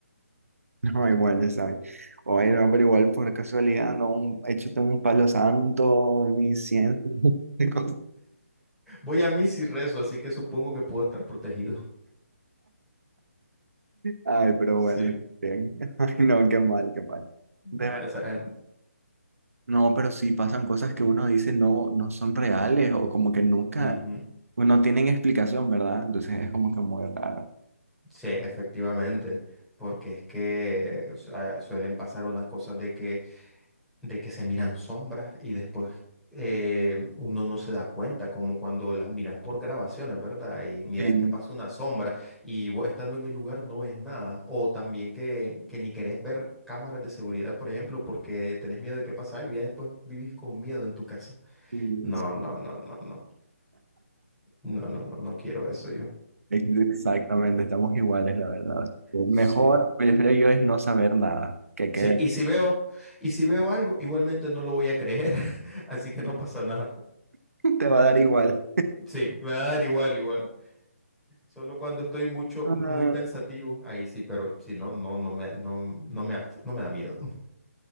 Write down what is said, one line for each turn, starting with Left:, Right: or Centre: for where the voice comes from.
Right: no hay buena, ¿sabes? Oye, no, pero igual por casualidad, no, un, échate un palo santo, un incienso, <laughs> de cosas.
Centre: Voy a misa y rezo, así que supongo que puedo estar protegido. <laughs>
Right: ay, pero
Centre: Sí.
Right: bueno, bien, <laughs> ay, no, qué mal, qué mal. De
Centre: Ah,
Right: ver-
Centre: esa, en-
Right: No, pero sí pasan cosas que uno dice no, no son reales o como que nunca,
Centre: ujú.
Right: no tienen explicación, ¿verdad? Entonces es como que muy raro.
Centre: Sí, efectivamente, porque es que su- ah, suelen pasar unas cosas de que, de que se miran sombras y después eh, uno no se da cuenta, como cuando las miras por grabaciones, ¿verdad? Y miras
Right: Sí,
Centre: que pasa una sombra y vos estando en el lugar no ves nada, o también que, que ni querés ver cámaras de seguridad, por ejemplo, porque tenés miedo de que pase algo y ya después vivís con miedo en tu casa.
Right: sí,
Centre: No, no, no, no, no, no, no, no, no quiero eso yo.
Right: Exactamente, estamos iguales, la verdad. O Mejor,
Centre: Sí.
Right: prefiero yo es no saber nada, que quede,
Centre: Sí, y si veo, y si veo algo, igualmente no lo voy a creer, <laughs> así que no pasa nada.
Right: <laughs> te va a dar igual.
Centre: Sí, me va a dar igual, igual. Solo cuando estoy mucho,
Right: Ah,
Centre: muy pensativo, ahí sí, pero si no, no, no me, no, no me, hace- no me da miedo.